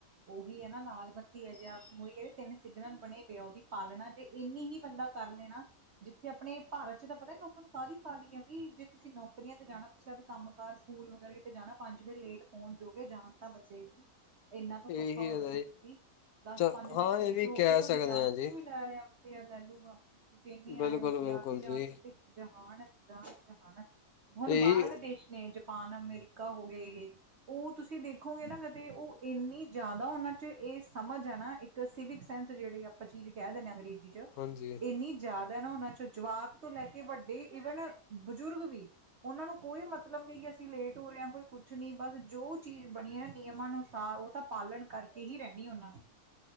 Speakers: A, on the right; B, on the left.
A: ਉਹੀ ਹੈ ਨਾ ਲਾਲ ਬੱਤੀ ਹੈ ਜੇ ਕਹਿੰਦੇ ਤਿੰਨ ਸਿਗਨਲ ਬਣੇ ਪਏ ਆ ਉਹਦੀ ਪਾਲਣਾ ਤੇੇ, ਇੰਨੀ ਹੀ ਬੰਦਾ ਕਰ ਲਏ ਨਾ, ਜਿੱਥੇ ਆਪਣੇ ਭਾਰਤ 'ਚ ਤਾਂ ਪਤਾ ਲੋਕਾਂ ਨੂੰ ਕਾਹਲੀ, ਕਾਹਲੀ ਆ ਵੀ ਜੇ ਤੁਸੀਂ ਨੌਕਰੀਆਂ ਤੇ ਜਾਣਾ, ਅੱਛਾ, ਕੰਮ ਕਾਰ ਸਕੂਲ ਵਗੈਰਾ ਕਿਤੇ ਜਾਣਾ, ਪੰਜ ਵਜੇ ਲੇਟ ਪਹੁੰਚ ਜੋਗੇ, ਜਾਨ ਤਾਂ ਬਚੇਗੀ, ਇਨਾ ਤੋਂ
B: ਇਹੀ
A: ਹੋ
B: ਹੈਗਾ
A: ਜਾਓਗੇ
B: ਜੀ
A: ਤੁਸੀਂ, ਦਸ
B: ਚ
A: ਪੰਜ ਮਿੰਟ
B: ਹਾਂ
A: ਲੇਟ
B: ਇਹ ਵੀ
A: ਹੋ
B: ਕਹਿ
A: ਕੇ ਤੁਹਾਡੀ
B: ਸਕਦੇ
A: ਜਾਨ
B: ਹਾਂ
A: ਥੋੜ੍ਹੀ
B: ਜੀ
A: ਲੈ ਰਿਹਾ, ਉੱਥੇ ਆ ਲੈ ਲੂਗਾ, ਤੁਸੀਂ ਇੰਨੀ
B: ਬਿਲਕੁਲ
A: ਆਏ ਹੋ ਕਿ
B: ਬਿਲਕੁਲ
A: ਆਪ ਹੀ ਜਾਂ
B: ਜੀ
A: ਤੁਸੀਂ, ਜਹਾਨ ਜਾਨ ਜਹਾਨ, ਹੁਣ
B: ਇਹੀ
A: ਬਾਹਰ ਵਾਲੇ ਦੇਸ਼ ਨੇ, ਜਪਾਨ ਅਮਰੀਕਾ ਹੋ ਗਏ ਇਹ, ਉਹ ਤੁਸੀਂ ਦੇਖੋਗੇ ਨਾ ਕਦੇ ਉਹ ਇੰਨੀ, ਜ਼ਿਆਦਾ ਉਹਨਾਂ 'ਚ ਇਹ ਸਮਝ ਆ ਨਾ, ਇੱਕ ਸਿਵਿਕ ਸੈਂਸ ਜਿਹੜੇ ਆਪਾਂ ਚੀਜ਼ ਕਹਿ ਦਿੰਦੇ ਹਾਂ ਅੰਗਰੇਜ਼ੀ 'ਚ,
B: ਹਾਂਜੀ।
A: ਇੰਨੀ ਜ਼ਿਆਦਾ ਨਾ ਉਹਨਾਂ 'ਚ, ਜਵਾਕ ਤੋਂ ਲੈ ਕੇ ਵੱਡੇ ਈਵਨ ਬਜ਼ੁਰਗ ਵੀ, ਉਹਨਾਂ ਨੂੰ ਕੋਈ ਮਤਲਬ ਨਹੀਂ ਕਿ ਅਸੀਂ ਲੇਟ ਹੋ ਰਹੇ ਹਾਂ ਕੋਈ ਕੁਛ ਨਹੀਂ, ਬਸ ਜੋ ਚੀਜ਼ ਬਣੀ ਹੈ ਨਾ ਨਿਯਮਾਂ ਅਨੁਸਾਰ ਉਹ ਤਾਂ, ਪਾਲਣ ਕਰਕੇ ਹੀ ਰਹਿਣੀ ਉਹਨਾਂ ਨੇ